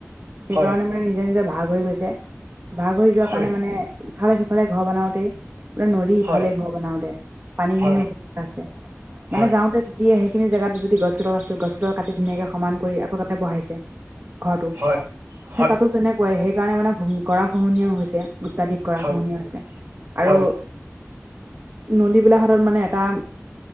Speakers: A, on the right; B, on the right.
A: সেইকাৰণে
B: হয়
A: মানে নিজে নিজে ভাগ হৈ গৈছে। ভাগ হৈ যোৱা
B: হয়
A: কাৰণে মানে ইফালে সিফালে ঘৰ বনাওতেই, পুৰা নদী ইফালে
B: হয়
A: ঘৰ বনাও দে পানী
B: হয়
A: দুনিৰো সুবিধা আছে,
B: হয়
A: মানে যাওঁতে দিয়ে সেইখিনি জেগাতো যদি গছবিলাক আছিল, গছিবিলাক কাটি ধুনীয়াকে সমান কৰি আকৌ তাতে বহাইছে। ঘৰটো।
B: হয় হয়
A: সেই তাতো তেনেকুৱাই, সেই কাৰণে মানে গড়া খহনীয়াও হৈছে অত্যাধিক। গঢ়াখহনীয়া
B: হয়
A: হৈছে, আৰু
B: হয়
A: নদী বিলাক সদায় মানে এটা